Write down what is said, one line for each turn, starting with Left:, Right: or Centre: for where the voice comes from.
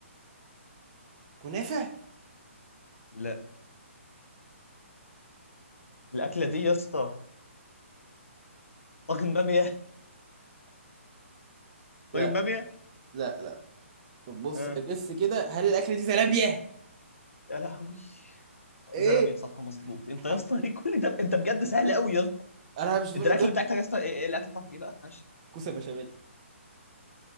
Right: كنافة
Left: لا الاكله دي يا اسطى طاجن باميه <laughs>
Right: لا
Left: طاجن باميه
Right: لا لا طب بص
Left: اه
Right: بس كده هل الأكلة دي زلابية؟
Left: يا لهوي
Right: ايه
Left: زلابيه صح مظبوط انت
Right: حب
Left: يا اسطى ايه كل ده انت بجد سهل قوي يا اسطى
Right: انا مش فاهم
Left: انت الاكل
Right: ده
Left: بتاعتك يا اسطى ايه إيه الاكل بتاعتك ايه بقى معلش
Right: كوسة بشاميل